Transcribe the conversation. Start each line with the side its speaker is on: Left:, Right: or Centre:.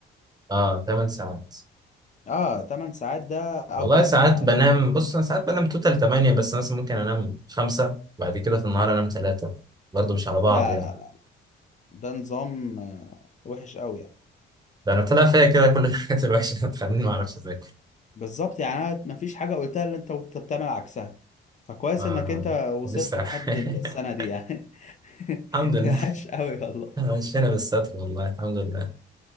Right: اه 8 ساعات
Left: اه 8 ساعات ده او
Right: والله
Left: 9
Right: ساعات
Left: يعني
Right: بنام بص أنا ساعات بنام توتال 8 بس مثلا ممكن أنام 5 بعد كده في النهار أنام 3 برضه مش على بعض
Left: لا
Right: يعني
Left: لا لا ده نظام آه، وحش قوي يعني
Right: ده أنا طلع فيا كده كل <laughs> الحاجات الوحشة اللي بتخليني ما أعرفش أذاكر
Left: بالظبط يعني انا مفيش حاجه قلتها اللي انت وأنت بتعمل عكسها فكويس
Right: ما-
Left: انك انت وصلت
Right: ولسه
Left: لحد
Right: <laughs>
Left: السنه دي يعني <laughs>
Right: الحمد لله
Left: عاش قوي والله
Right: مشينا بالستر والله الحمد لله